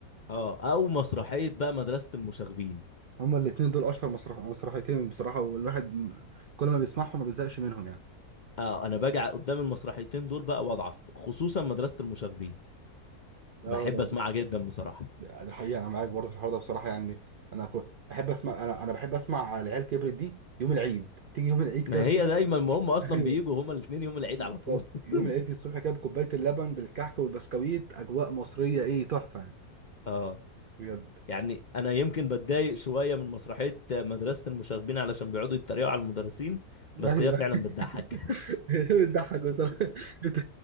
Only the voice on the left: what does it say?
اه او مسرحيه بقى مدرسه المشاغبين
اه انا باجي ع- قدام المسرحيتين دول بقى واضعف خصوصا مدرسه المشاغبين
بحب
اسمعها جدا بصراحه
ما
هي دايما ما هم اصلا
بيجوا هما الاثنين يوم العيد
على طول
<laughs>
اه
يعني انا يمكن بتضايق شويه من مسرحيه مدرسه المشاغبين علشان بيقعدوا يتريقوا على المدرسين
بس
هي فعلا بتضحك